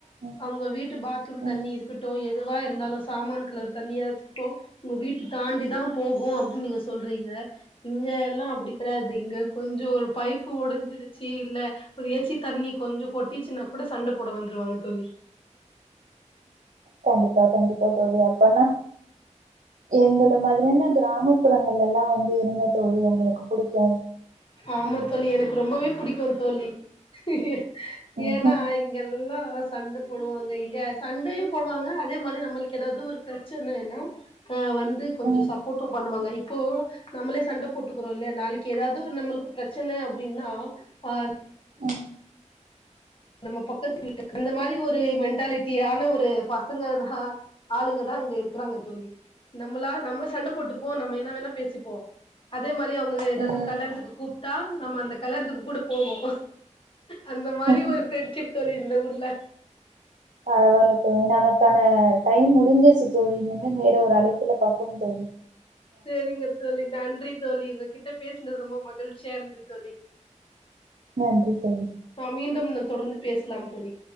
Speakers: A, on the right; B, on the left.
A: ம்
B: அவங்க வீட்டு பாத்ரூம்
A: ம்
B: தண்ணி இருக்கட்டும் எதுவா இருந்தாலும் சாமான கழுவுற தண்ணி எதத்துக்கிட்டோ உங்க வீட்டு தாண்டி தான் போகும் அப்டின்னு நீங்க சொல்றீங்க இங்க எல்லாம் அப்டி கெடையாது இங்க கொஞ்சம் கொஞ்சம் ஒரு பைப்பு உடைஞ்சிடுச்சு இல்ல ஒரு ஏச்சி தண்ணி கொஞ்சம் கொட்டிச்சுன்னா கூட சண்ட போட வந்துருவாங்க தோலி
A: கண்டிப்பா கண்டிப்பா தோழியா அப்னா எங்களை மாரியான கிராமப்புறங்கள்ல எல்லாம் வந்து இருங்க தொழில் உங்களுக்கு புடிக்கும்
B: ஆமா தோல்லி எனக்கு ரொம்பவே பிடிக்கும் தோல்லி <inaudible>
A: ம்
B: ஏன்னா
A: ம்
B: இங்கெல்லாம் சண்ட போடுவாங்க இங்க சண்டயும் போடுவாங்க அதே மாரி நம்மளுக்கு எதாவது ஒரு பிரச்சனனா வந்து கொஞ்சம்
A: ம்
B: சப்போர்ட்டும் பண்ணுவாங்க இப்போ நம்மளே சண்ட போட்டுக்கிறோ இல்லய நாளைக்கு எதாவது எதோ ஒரு நம்மளுக்கு பிரச்சனை அப்டின்னா ஆ
A: ம்
B: நம்ம பக்கத்து வீட்டுக்கு அந்த மாரி ஒரு மென்டாலிட்டியான ஒரு பசங்க தா ஆளுங்கதான் இங்க இருக்கிறாங்க தோழி நம்மளா நம்ம சண்ட போட்டுப்போம் நம்ம என்ன வேணா பேசிப்போம் அதே மா அதே மாரி அவங்க
A: ம்
B: எதாவது கல்யாணத்துக்கு கூப் ஆம் நம்ம அந்த கல்யாணத்துக்கு கூட போவோம் அந்த மாரி
A: ம்
B: ஒரு ஃப்ரெண்ட்ஷிப் இந்த ஊர்ல
A: பரவால்ல தோழி நமக்கான டைம் முடிஞ்சிருச்சு தோழி இன்னும் வேற ஒரு அழைப்புல பாப்போம் தோழி
B: செரிங்க தோழி நன்றி தோழி உங்க கிட்ட பேசுனது ரொம்ப மகிழ்ச்சியா இருந்தது தோழி
A: நன்றி தோழி
B: ஆ மீண்டும் நம் தொடர்ந்து பேசலாம் தோழி